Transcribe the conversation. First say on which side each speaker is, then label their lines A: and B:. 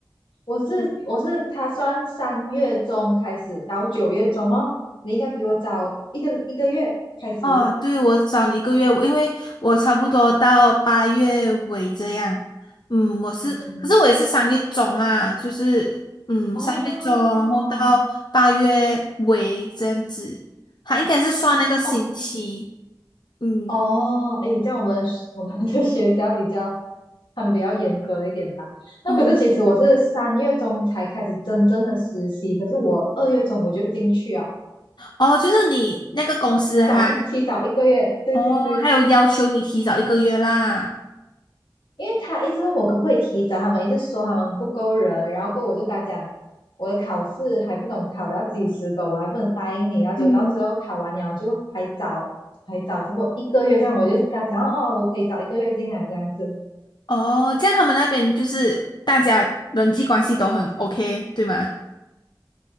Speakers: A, on the left; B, on the left.
A: 我是我是他算三月中开始到九月中哦，
B: 对
A: 你应该比我早一个一个月开始。
B: 哦，对，我找你一个月，因为我差不多到八月尾这样。嗯，我是，
A: 嗯，
B: 可是我也是三月中啦，就是嗯三月中，
A: 哦
B: 然后到八月尾这样子，它应该是算那个星期。
A: 哦对
B: 嗯。
A: 哦，诶，这样我们我们的学校比较他们比较严格一点吧。
B: 嗯
A: 那可是其实我是三月中才开始真正的实习，可是我二月中我就进去啊，
B: 哦，就是你那个公司哈，
A: 早一提早一个月。对对对。
B: 哦，还有要求你提早一个月啦。
A: 因为他一直问我可不可以提早，他们一直说他们不够人，然后过后我就跟他讲，我的考试还不懂考到几十个，我还不能答应你，然后结果到最后考完了就还早，
B: 嗯。
A: 还早差不多一个月这样，我就跟他讲哦，我可以早一个月进来这样子，
B: 哦，这样他们那边就是大家人际关系都很 OK，对吗？